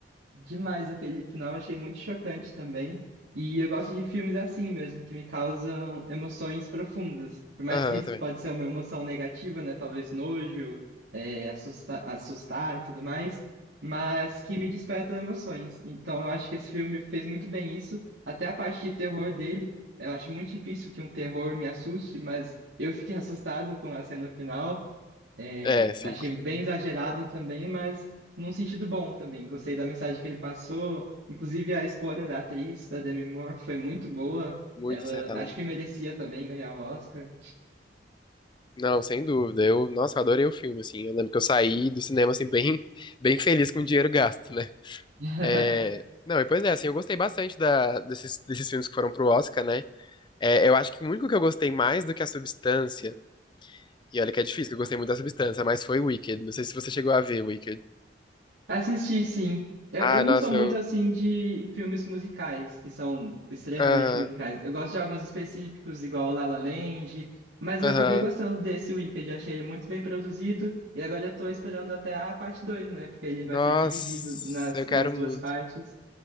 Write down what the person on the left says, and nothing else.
Aham,
eu
também.
É, sim.
Muito
acertada,
né?
Não, sem dúvida. Eu, nossa, eu adorei o filme, assim. Eu lembro que eu saí do cinema, assim, bem, <laughs> bem feliz com o dinheiro gasto, né?
É... Não, e pois é, assim, eu gostei bastante da, desses, desses filmes que foram pro Oscar, né? É, eu acho que o único que eu gostei mais do que a Substância, e olha que é difícil, que eu gostei muito da Substância, mas foi Wicked. Não sei se você chegou a ver Wicked.
Ah,
nossa,
eu...
Aham,
aham.
Nossa,
eu quero
muito.